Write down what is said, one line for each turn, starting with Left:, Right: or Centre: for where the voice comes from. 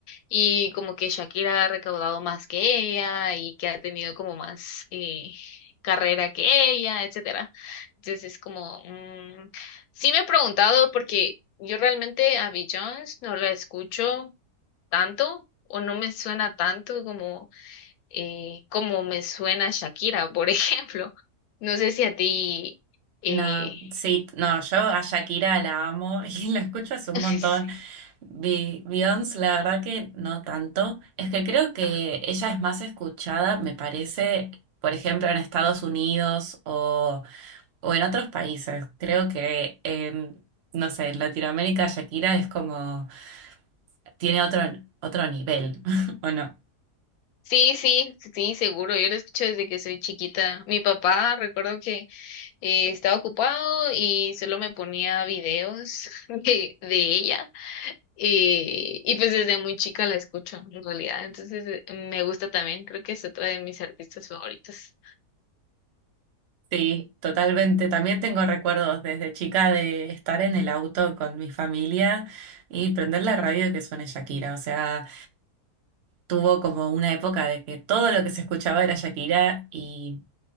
Left: y como que Shakira ha recaudado más que ella y que ha tenido como más eh, carrera que ella, etcétera. Entonces es como, mm, sí me he preguntado porque yo realmente a Jones no la escucho tanto o no me suena tanto como eh, como me suena Shakira, por <laughs> ejemplo. No sé si a ti... eh,
Right: No, sí, no, yo
Left: espérame.
Right: a Shakira la amo <laughs> y la escucho hace un
Left: <laughs>
Right: montón. Bi- Beyoncé, la verdad que no tanto. Es que creo que
Left: Ah,
Right: ella es más escuchada, me parece, por ejemplo, en Estados Unidos o o en otros países. Creo que, em, no sé, en Latinoamérica Shakira es como, tiene otro, otro nivel, <laughs> ¿o no?
Left: Sí, sí, sí, seguro. Yo lo escucho desde que soy chiquita. Mi papá, recuerdo que eh, estaba ocupado y solo me ponía videos <laughs> de, de ella. eh, y pues desde muy chica la escucho, en realidad. Entonces eh, me gusta también. Creo que es otra de mis artistas favoritas.
Right: Sí, totalmente. También tengo recuerdos desde chica de estar en el auto con mi familia y prender la radio que suene Shakira. O sea, tuvo como una época de que todo lo que se escuchaba era Shakira y